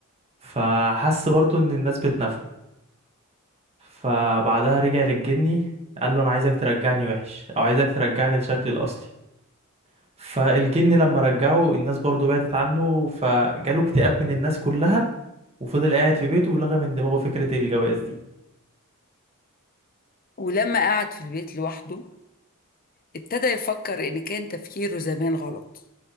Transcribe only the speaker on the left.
ولما قعد في البيت لوحده ابتدى يفكر ان كان تفكيره زمان غلط